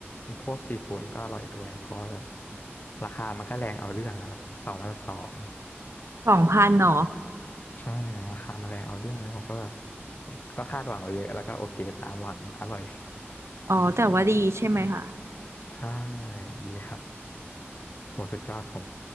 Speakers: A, on the left; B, on the right.
A: พวกซีฟู้ดมันก็อร่อยด้วยเพราะว่าแบบราคามันก็แรงเอาเรื่องอะครับสองพันสอง
B: สองพันหรอ
A: ใช่ราคามันแรงเอาเรื่องเลยผมก็แบบก็คาดหวังไว้เยอะแล้วก็โอเคตามหวังอร่อย
B: อ๋อแต่ว่าดีใช่ไหมคะ
A: ใช่ดีครับโหสุดยอดผม